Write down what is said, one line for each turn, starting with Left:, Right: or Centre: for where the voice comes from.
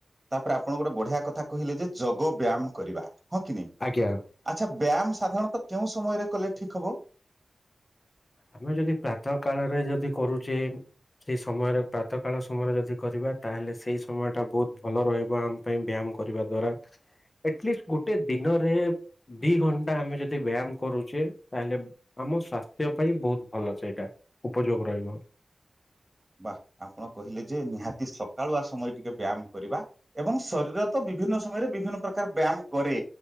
Right: ତାପରେ ଆପଣ ଗୋଟେ ବଢିଆ କଥା କହିଲେ ଯେ ଯୋଗ ବ୍ୟାୟାମ କରିବା ହଁ କି ନାଇଁ
Left: ଆଜ୍ଞା।
Right: ଆଚ୍ଛା ବ୍ୟାୟାମ ସାଧାରଣତଃ କେଉଁ ସମୟରେ କଲେ ଠିକ୍ ହବ।
Left: ଆମେ ଯଦି ପ୍ରାତଃ କାଳରେ ଯଦି କରୁଚେ ସେଇ ସମୟରେ ପ୍ରାତ କାଳ ସମୟରେ ଯଦି କରିବା ତାହେଲେ ସେଇ ସମୟଟା ବୋହୁତ ଭଲ ରହିବ ଆମ ପାଇଁ ବ୍ୟାୟାମ୍ କରିବା ଦ୍ଵାରା ଏଟଲିଷ୍ଟ ଗୋଟେ ଦିନରେ ଦି ଘଣ୍ଟା ଆମେ ଯଦି ବ୍ୟାୟାମ କରୁଚେ ତାହେଲେ ଆମ ସ୍ୱାସ୍ଥ୍ୟ ପାଇଁ ବୋହୁତ ଭଲ ସେଇଟା ଉପଯୋଗ ରହିବ।
Right: ବା ଆପଣ କହିଲେ ଯେ ନିହାତି ସକାଳୁଆ ସମୟ ଟିକେ ବ୍ୟାୟାମ କରିବା ଏବଂ ଶରୀର ତ ବି ବିଭିନ୍ନ ସମୟରେ ବିଭିନ୍ନ ପ୍ରକାର ବ୍ୟାୟାମ କରେ।